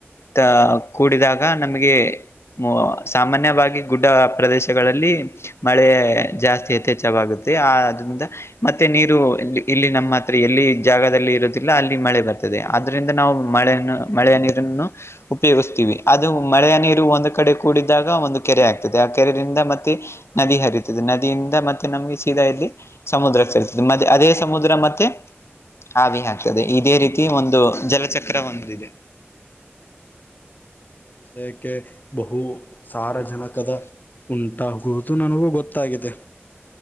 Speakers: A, on the left; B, on the left.
A: ತಾ ಕೂಡಿದಾಗ ನಮಗೆ ಮೂ ಸಾಮಾನ್ಯವಾಗಿ ಗುಡ್ಡ ಪ್ರದೇಶಗಳಲ್ಲಿ ಮಳೆ ಜಾಸ್ತಿ ಯಥೆಚ್ಚವಾಗುತ್ತೆ ಆ ಅದ್ರಿಂದ ಮತ್ತೆ ನೀರು ಇ ಇಲ್ಲಿ ನಮ್ಮ ಹತ್ರ ಎಲ್ಲಿ ಜಾಗದಲ್ಲಿ ಇರುದಿಲ್ಲ ಅಲ್ಲಿ ಮಳೆ ಬರ್ತದೆ ಆದ್ದರಿಂದ ನಾವು ಮಳೆಯನ್ನ್ ಮಳೆಯ ನೀರನ್ನು ಉಪಯೋಗಸ್ತೀವಿ ಅದು ಮಳೆಯ ನೀರು ಒಂದು ಕಡೆ ಕೂಡಿದಾಗ ಒಂದು ಕೆರೆ ಆಗ್ತದೆ ಆ ಕೆರೆಯಿಂದ ಮತ್ತೆ ನದಿ ಹರಿತದೆ ನದಿಯಿಂದ ಮತ್ತೆ ನಮ್ಗೆ ಸೀದಾ ಇಲ್ಲಿ ಸಮುದ್ರ ಸೆರತದೆ ಮ ಮತ್ತೆ ಅದೇ ಸಮುದ್ರ ಮತ್ತೆ ಹಾಗೆ ಆಗ್ತದೆ ಇದೇ ರೀತಿ ಒಂದು ಜಲಚಕ್ರ ಒಂದಿದೆ
B: ವಿಷಯಕ್ಕೆ ಬಹು ಸಾರಜನಕದ
A: <unintelligible>
B: ಉಂಟಾಗುವುದು ನನಗೂ ಗೊತ್ತಾಗಿದೆ